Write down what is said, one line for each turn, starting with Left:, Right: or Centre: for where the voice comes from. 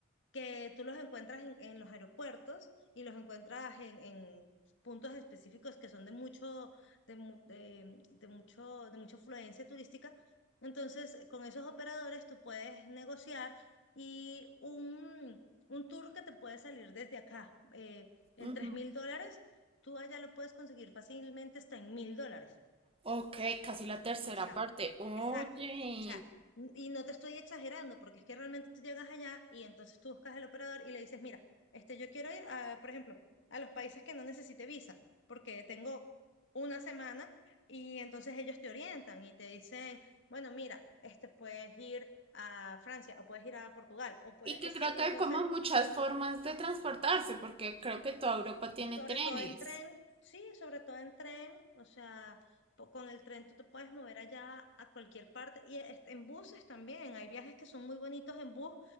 Left: que tú los encuentras en, en los aeropuertos y los encuentras en, en puntos específicos que son de mucho, de, mu- de, de mucho, de mucha afluencia turística. Entonces, con esos operadores tú puedes negociar y un, un tour que te puede salir desde acá eh, en
Right: Ujú.
Left: tres mil dólares, tú allá lo puedes conseguir fácilmente hasta en mil dólares.
Right: Ok, casi la tercera
Left: O sea,
Right: parte. Oye,
Left: exacto. O sea, n- y no te estoy exagerando, porque es que realmente tú llegas allá y entonces tú buscas al operador y le dices, mira, este, yo quiero ir a, por ejemplo, a los países que no necesite visa, porque tengo una semana y entonces ellos te orientan y te dicen, bueno, mira, este puedes ir a Francia o puedes ir a Portugal o puedes,
Right: Y que creo
Left: sí,
Right: que
Left: entonces
Right: hay como muchas formas de transportarse, porque creo que toda Europa tiene
Left: Sobre
Right: trenes.
Left: todo en tren, sí, sobre todo en tren, o sea, po- con el tren tú te puedes mover allá a cualquier parte y es- en buses también, hay viajes que son muy bonitos en bus,